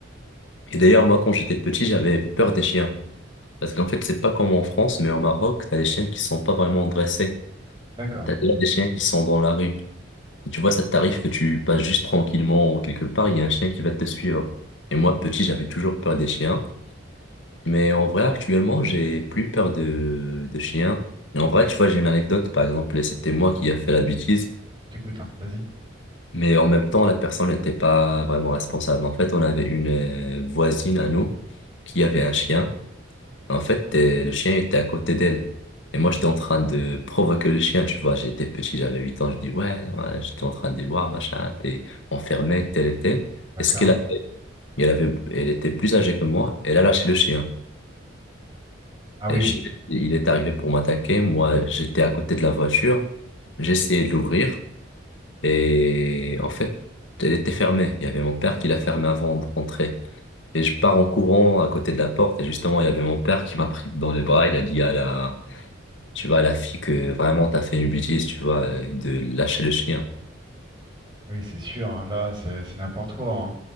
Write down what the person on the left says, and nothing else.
Et d'ailleurs, moi, quand j'étais petit, j'avais peur des chiens. Parce qu'en fait, c'est pas comme en France, mais au Maroc, t'as des chiens qui sont pas vraiment dressés.
T'as déjà des chiens qui sont dans la rue. Et tu vois, ça t'arrive que tu passes juste tranquillement quelque part, il y a un chien qui va te suivre. Et moi, petit, j'avais toujours peur des chiens. Mais en vrai, actuellement, j'ai plus peur de, de chiens. Et en vrai, tu vois, j'ai une anecdote, par exemple, et c'était moi qui a fait la bêtise.
Mais en même temps, la personne n'était pas vraiment responsable. En fait, on avait une euh, voisine à nous qui avait un chien. En fait, euh, le chien était à côté d'elle. Et moi, j'étais en train de provoquer le chien, tu vois. J'étais petit, j'avais 8 ans. Je dis, ouais, ouais, j'étais en train de dire, ouais, machin, t'es enfermé, tel et tel.
Et ce qu'elle a fait, elle avait, elle était plus âgée que moi. Elle a lâché le chien.
Et le chien, il est arrivé pour m'attaquer. Moi, j'étais à côté de la voiture. J'essayais de l'ouvrir. Et en fait, elle était fermée. Il y avait mon père qui l'a fermée avant de rentrer. Et je pars en courant à côté de la porte. Et justement, il y avait mon père qui m'a pris dans les bras. Il a dit à la Tu vois, la fille que vraiment t'as fait une bêtise, tu vois, euh, de lâcher le chien.